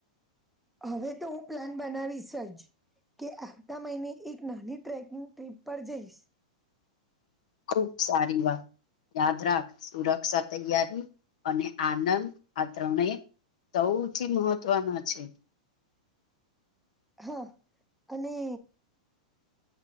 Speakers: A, in the centre; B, on the left (about 65°).
A: હવે તો હું પ્લાન બનાવીશ જ. કે આવતા મહિને એક નાની ટ્રેકિંગ ટ્રીપ પર જઈશ.
B: ખુબ સારી વાત યાદ રાખ સુરક્ષા, તૈયારી અને આનંદ આ ત્રણે સૌથી મહત્વના છે.
A: હા અને